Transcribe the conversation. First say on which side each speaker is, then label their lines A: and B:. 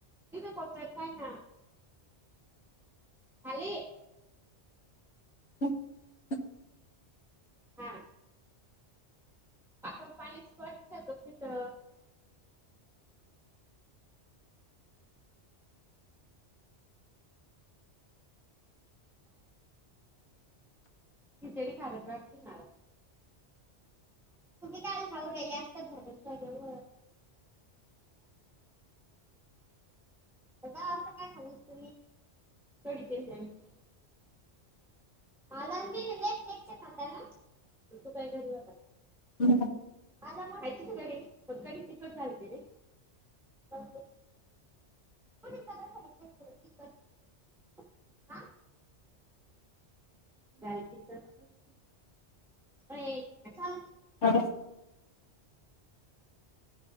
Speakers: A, in the centre; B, on the left (about 75°).
A: इथे कोपऱ्यात पाय ना. खाली
B: <inaudible>
A: हा पाणीच <unintelligible> खिचडी खारट वाटतीय मला, का खाऊन राहिली. आता असं काय खाल्ल तुम्ही कडी केलती आम्ही, माला नई दिलं एकटं एकटं खाता ना तू काही घरी होता का.
B: <unintelligible>
A: खायची का कढी पण कढी तिखट झालती रे. कोणी करला सांगितली होती तुला तिखट आ झालती तर ऐ झा.
B: हा